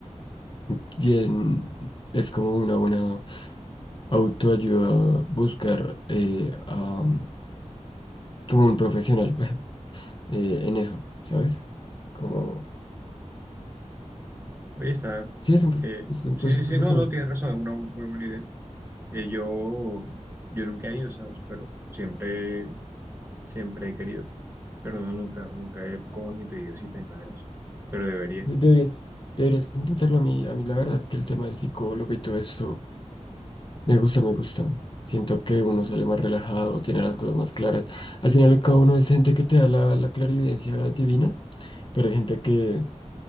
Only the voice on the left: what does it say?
que en- es como una buena autoayuda buscar eh, a, como un profesional <laughs> eh, en eso, ¿sabes? Como,
sí, es un, pro-
es un,
pues, un
profesional.
De- Deberías, deberías intentarlo a mí, a mí la verdad que el tema del psicólogo y todo eso me gusta, me gusta. Siento que uno sale más relajado, tiene las cosas más claras. Al final, cada uno es gente que te da la, la clarividencia divina Pero hay gente que,